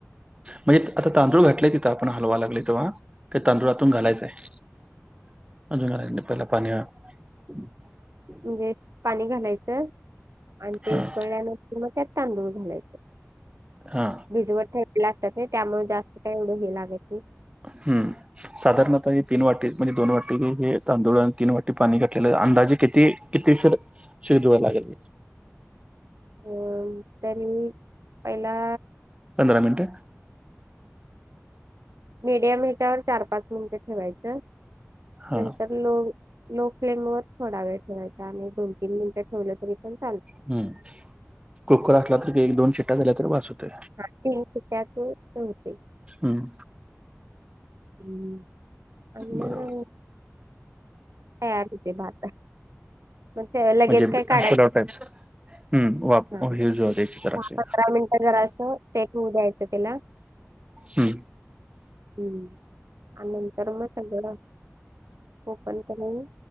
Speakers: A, on the right; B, on the right.
A: म्हणजे आता तांदूळ घाटले तिथं, आपण हलवा लागले तेव्हा. का तांदुळातून घालायचंय? <unintelligible>
B: म्हणजे पाणी घालायचं, आणि ते
A: हा
B: उकळल्यानंतर मग त्यात तांदूळ घालायचं.
A: हा
B: भिजवत ठेवलेले असतात, ते त्यामुळे जास्त काही एवढं हे लागत नाही.
A: हम्म साधारणतः हे तीन वाटी म्हणजे दोन वाटी हे- तांदुळने तीन वाटी पाणी घातलेलं अंदाजे किती किती उशीर शिजवायला लागलं.
B: अ तरी पहिला
A: पंधरा मिनटं.
B: मीडियम हेच्यावर चार पाच मिनटं ठेवायचं
A: हा
B: नंतर लो- लोकं फ्लेम वरं थोडां वेळं ठेवांयचा आणि दोन तीनंतर ठेवलं तरी पणं ते
A: हम्मं कुकर असलां तरी एक दोन शिट्ट्या झाल्यां तरं बांस होते
B: तीनं शिट्या तरं होते
A: हम्मं
B: हम्मं आणि मलां
A: बरोबर
B: तयार होते बांत मंग
A: म्हणजे
B: लगेच कायं काढायचं
A: पुलाव टाईप हम्म वाप
B: हां
A: यूज होते जरासे
B: दहा पंधरा मिनिटं जरां असं ते सेठंहू द्यायचं त्यांला
A: हम्मं
B: हम्मं आं नंतर मं चगोडां ओपन करूंन